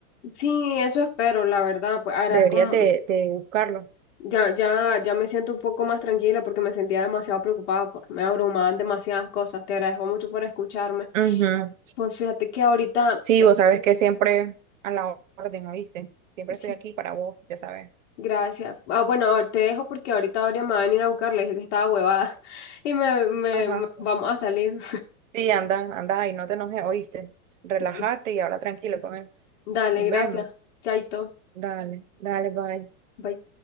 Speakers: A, on the left; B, on the right.
A: Sí, eso espero, la verdad, pues ahora
B: Deberías
A: como
B: de, de buscarlo.
A: ya, ya, ya me siento un poco más tranquila porque me sentía demasiado preocupada, pues, me abrumaban demasiadas cosas. Te agradezco mucho por escucharme.
B: Ujú.
A: Pues fíjate que ahorita,
B: Sí,
A: eh,
B: vos sabes que siempre a la orden, ¿oíste? Siempre
A: sí,
B: estoy aquí para vos, ya sabes.
A: gracias. Ah, bueno, ahor- te dejo porque ahorita Aurea me va a venir a buscar, le dije que estaba huevada <laughs> y me, me,
B: Ajá.
A: me- vamos a salir.
B: Sí, anda, anda ahí, no te enojes, oíste. Relájate
A: <laughs>
B: y habla tranquilo con él.
A: Dale,
B: Nos
A: gracias.
B: vemos.
A: Chaito.
B: Dale, dale, bye.
A: Bye.